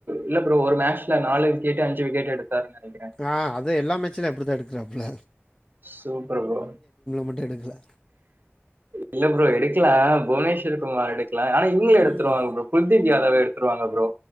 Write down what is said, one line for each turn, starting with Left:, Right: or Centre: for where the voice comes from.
Right: இல்ல ப்ரோ ஒரு மேட்ச்ல நாலு விக்கெட்டு அஞ்சு விக்கெட்டு எடுத்தார் நெனக்கிறே
Left: ஆ அது எல்லா மேட்ச்லயு அப்டிதா எடுக்குறாப்ல
Right: சூப்பர் ப்ரோ
Left: மட்டும் எடுக்கல
Right: இல்ல ப்ரோ எடு க்ல புவனேஸ்வர் குமார் எடுக்கல ஆனா இவுங்க எடுத்துருவாங்க
Left: ம்
Right: ப்ரோ குல்தீப் யாதவ் எடுத்துருவாங்க ப்ரோ